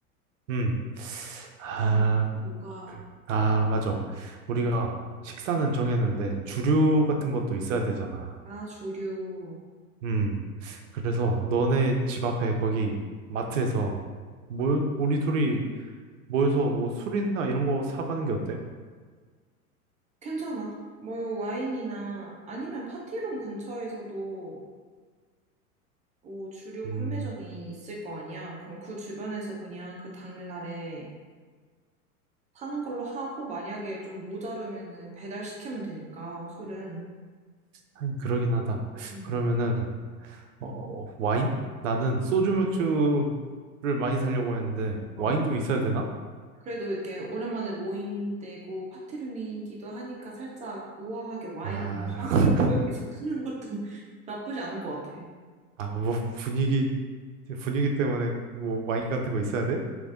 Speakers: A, on the right (about 60°); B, on the right (about 15°).
A: 음. 아,
B: 그다음에 또 뭐가
A: 그- 아, 맞아. 우리가 식사는 정했는데 주류 같은 것도 있어야 되잖아.
B: 아 주류
A: 음. 그래서 너네 집 앞에 거기 마트에서 뭘 우리 둘이 모여서 뭐 술이나 이런 거 사가는 게 어때?
B: 괜찮아 뭐 와인이나 아니면 파티룸 근처에서도 뭐 주류
A: 음,
B: 판매점이 있을 거 아니야 그럼 그 주변에서 그냥 그 당일날에 사는 걸로 하고 만약에 좀 모자르면은 배달 시키면 되니까 술은
A: 하긴 그러긴 하다.
B: 음.
A: 그러면은 어, 와인? 나는 소주 맥주를 많이 사려고 했는데
B: 어
A: 와인도 있어야 되나?
B: 그래도 이렇게 오랜만에 모인 데고 파티룸이기도 하니까 살짝 우아하게 와인
A: 아,
B: 아니면 샴페인도
A: <laughs>
B: 몇 개 사는 것도 <laughs> 나쁘지 않을 것 같아.
A: 아, 뭐 분위기 분위기 때문에 뭐 와인 같은 거 있어야 돼?